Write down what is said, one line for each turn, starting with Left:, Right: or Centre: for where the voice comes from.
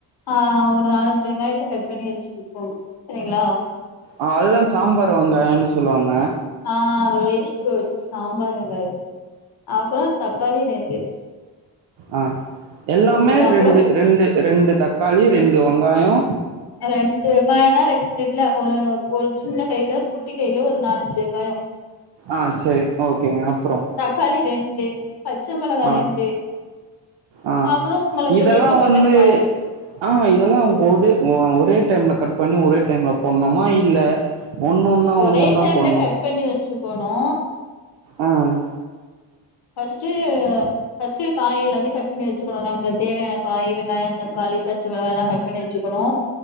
Left: ஆஹ் ஒரு நாலஞ்சு வெங்காயத்தை கட் பண்ணி வெச்சி <inaudible> சரிங்ளா
Right: ஆஹ் அதுதா சாம்பார் வெங்காயன்னு சொல்லுவாங் அ
Left: ஆஹ் வெரி குட் சாம்பார் வெங்காயோ அப்புறோ தக்காளி ரெண்டு
Right: அ எல்லாமே
Left: ஓகேவா அப்றோ
Right: ரெண்டு ரெண்டு ரெண்டு தக்காளி ரெண்டு வெங்காயோ
Left: அ ரெண்டு வெங்காயனா ரெண்டு இல்ல ஒரு ஒரு சின்ன கைல குட்டி கைல ஒரு நாலஞ்சு வெங்காயோ
Right: ஆ செரி ஓகேங்க அப்றோ
Left: தக்காளி ரெண்டு பச்ச மிளகா
Right: ஆ
Left: ரெண்டு
Right: ஆ
Left: அப்புறம் உங்களுக்கு
Right: இதெல்லா
Left: விருப்பப்பட்ட
Right: வந்து
Left: காய்
Right: ஆக இதெல்லா ஒடு ஒ ஒரே டைம்ல கட் பண்ணி ஒரே டைம்ல பொட்ணுமா இல்ல ஒன்னொன்னா
Left: ஒரே
Right: ஒன்னொன்னா
Left: டைம்ல
Right: போட்ணு
Left: கட் பண்ணி வெச்சுக்கோணு
Right: ம்
Left: ஃபஸ்ட்டு ஃபஸ்ட்டு இத காய் எல்லாத்தையு கட் பண்ணி வெச்சுக்கணு நம்மள தேவையான காய் வெங்காயோ தக்காளி பச்ச மெளகால்லா கட் பண்ணி வெச்சுக்கணு